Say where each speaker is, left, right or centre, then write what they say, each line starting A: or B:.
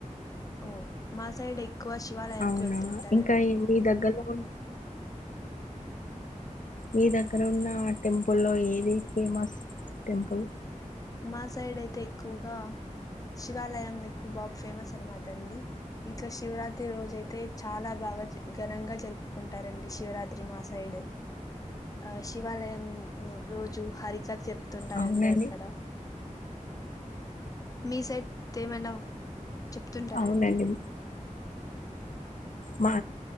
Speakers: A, on the left; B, on the left.
A: ఓ మా సైడ్ ఎక్కువ శివాలయానికి
B: అవునా
A: వెళ్తుంటారండి
B: ఇంకా ఏ- మీ దగ్గరలో ఉ మీ దగ్గర ఉన్న టెంపుల్లో ఏది ఫేమస్ టెంపుల్?
A: మా సైడ్ అయితే ఎక్కువగా శివాలయం ఎక్కువ బాఫేమస్ అనమాట అండి. ఇంకా శివరాత్రి రోజైతే చాలా బాగా జ ఘనంగా జరుపుకుంటారండి శివరాత్రి మాసైడు. ఆ శివాలయం రోజు హరికథ చెప్తుంటారండి
B: అవునండి
A: అక్కడ. మీ సైడ్ తేమన్నా చెప్తుంటారాండి.
B: అవునండి మా